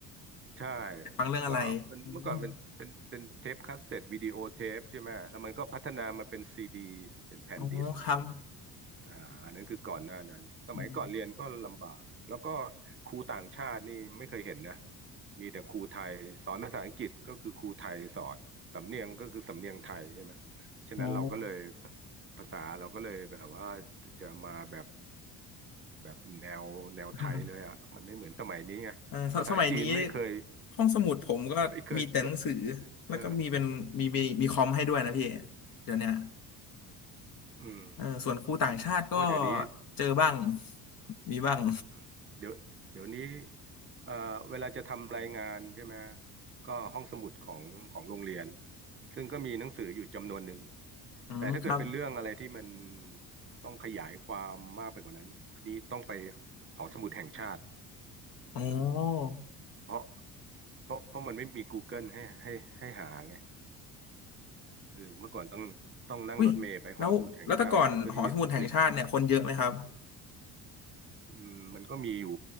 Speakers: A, on the right; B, on the left.
A: ใช่
B: อยากฟังเรื่องอะไรอืม
A: ก็มันเมื่อก่อนเป็นเป็นเป็นเทปคาสเซ็ตวิดีโอเทปใช่ไหมแล้วมันก็พัฒนามาเป็นซีดีเป็นแผ่นดิส
B: อ๋อครับ
A: อ่าอันนั้นคือก่อนหน้านั้นสมัยก่อนเรียนก็ลำบากแล้วก็
B: อม
A: ครูต่างชาตินี่ไม่เคยเห็นนะมีแต่ครูไทยสอนภาษาอังกฤษก็คือครูไทยสอนสำเนียงก็คือสำเนียงไทยใช่ไหมเพราะฉะนั้นเราก็เลย
B: อ๋อ
A: ภาษาเราก็เลยแบบว่าจะมาแบบแบบแนวแนวไทยเลยอ่ะมันไม่เหมือนสมัยนี้ไงภาษาจีนไม่เคย
B: <laughs> เออสสมัยนี้ห้องสมุดผมก็มีแต่หนังสือ
A: ไม่เคยสอน
B: แล้วก็มีเป็นมีมีมีคอมให้ด้วยนะพี่
A: เออ
B: เดี๋ยวเนี้ย
A: อืม
B: เออส่วนครูต่างชาติก็
A: ว่าเดี๋ยวนี้
B: เจอบ้างมีบ้าง
A: อืมเดี๋ยวเดี๋ยวนี้เอ่อเวลาจะทำรายงานใช่ไหมก็ห้องสมุดของของโรงเรียน ซึ่งก็มีหนังสืออยู่จำนวนหนึ่ง
B: อืมครับ
A: แต่ถ้าเกิดเป็นเรื่องอะไรที่มันต้องขยายความมากไปกว่านั้นนี่ต้องไปหอสมุดแห่งชาติ
B: อ๋อ
A: เพราะเพราะเพราะมันไม่มี Google ให้ให้ให้หาไงเออเมื่อก่อนต้องต้องนั่งรถเมล์ไปหอสมุดแห่งชาติเพื่อที่จะไป
B: อุ้ยแล้วแล้วแต่ก่อนหอสมุดแห่งชาติเนี่ยคนเยอะไหมครับ
A: อืมมันก็มีอยู่